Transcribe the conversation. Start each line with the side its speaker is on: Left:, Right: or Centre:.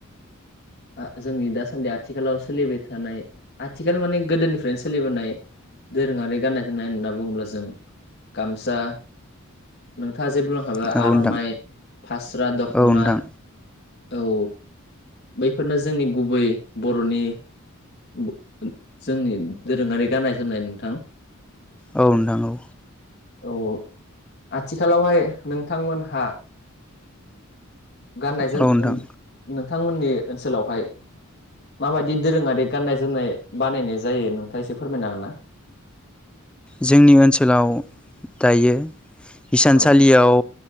Left: आ जोंनि दासान्दि आथिखालाव सोलिबाय थानाय आथिखाल माने गोदोनिफ्रायनो सोलिबोनाय दोरोङारि गाननाय जोमनाय होनना बुङोब्ला जों गामसा नोंथाङा ज जे बुंलांखाबाय
Centre: औ
Left: आर'ननाइ
Centre: नोंथां
Left: फास्रा दख'ना
Centre: औ नोंथां
Left: औ बैफोरनो जोंनि गुबै बर'नि ब-ओ जोंनि दोरोङारि गाननाय जोमनाय नोंथां
Centre: औ नोंथां औ
Left: औ-अ आथिखालावहाय नोंथांमोनहा गाननाय जोम
Centre: औ नोंथां
Left: ओन नोंथांमोननि ओनसोलावहाय माबायदि दोरोङारि गाननाय जोमनाय बानायनाय जायो नोंथाङा इसे फोरमायनो हागोनना
Centre: जोंनि ओनसोलाव दायो हिसानसालियाव
Left: औ